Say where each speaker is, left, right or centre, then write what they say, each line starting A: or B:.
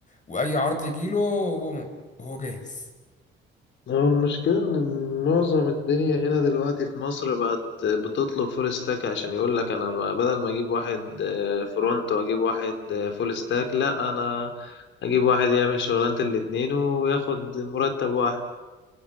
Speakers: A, on the left (about 40°); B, on the left (about 70°).
A: واي عرض يجيله هو هو جاهز
B: هو المشكلة إن معظم الدنيا هنا دلوقتي في مصر بقت بتطلب فول ستاك عشان يقول لك أنا ما- بدل ما أجيب واحد آه، فرونت وأجيب واحد آه، فول ستاك لأ أنا أجيب واحد يعمل شغلانة الاتنين وياخد مرتب واحد